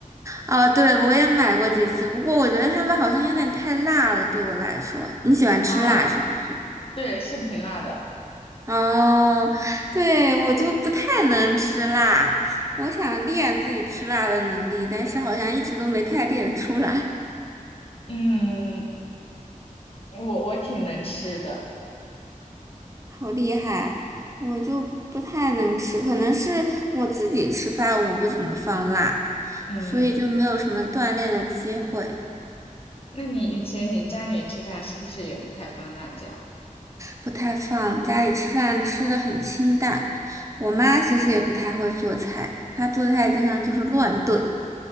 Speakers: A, on the right; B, on the left.
A: 哦，对，我也买过几次，不过我觉得他们好像有点太辣了，对我来说。你喜欢吃辣是不是？
B: 啊，对，是挺辣的。
A: 哦，对，我就不太能吃辣，我想练自己吃辣的能力，但是好像一直都没太练出来。
B: 嗯，我我挺能吃的。
A: 好厉害，我就不太能吃，可能是我自己吃饭我不怎么放辣，
B: 嗯，
A: 所以就没有什么锻炼的机会，
B: 那你以前你家里吃饭是不是也不太放辣椒
A: 不太放。家里吃饭吃的很清淡，我妈其实也不太会做菜，她做菜经常就是乱炖，